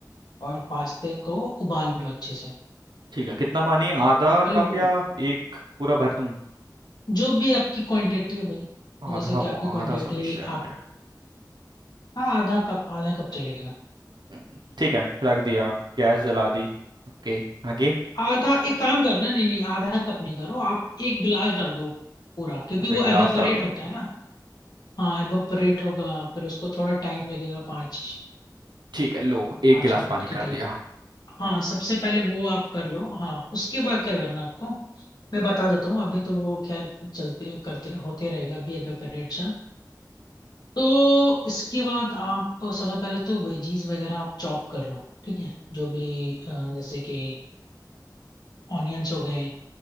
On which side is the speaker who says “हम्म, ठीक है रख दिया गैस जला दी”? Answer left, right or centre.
Right